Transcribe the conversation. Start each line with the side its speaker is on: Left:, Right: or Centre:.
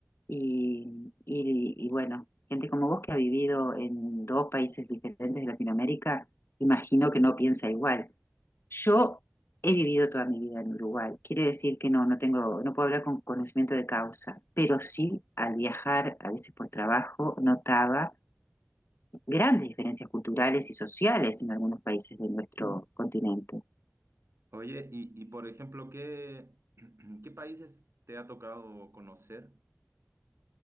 Left: Y, y- y bueno, gente como vos que ha vivido en dos países diferentes de Latinoamérica, imagino que no piensa igual. Yo he vivido toda mi vida en Uruguay. Quiere decir que no, no tengo, no puedo hablar con conocimiento de causa, pero sí al viajar, a veces por trabajo, notaba grandes diferencias culturales y sociales en algunos países de nuestro continente.
Right: Oye, y, y por ejemplo, ¿qué, <clears throat> qué países te ha tocado conocer?